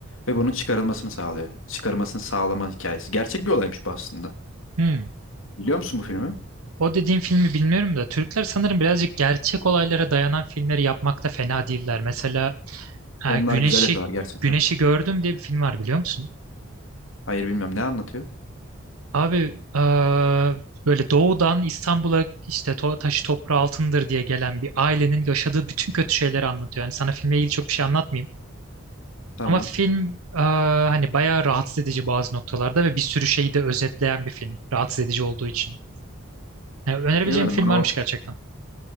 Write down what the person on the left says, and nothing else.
ve bunun çıkarılmasını sağlıyor. Çıkarılmasını sağlama hikayesi. Gerçek bir olaymış bu aslında.
Biliyor musun bu filmi?
Onlar
güzel yapıyorlar gerçekten.
Hayır bilmem ne anlatıyor.
Tamam.
Bilemedim
bana
o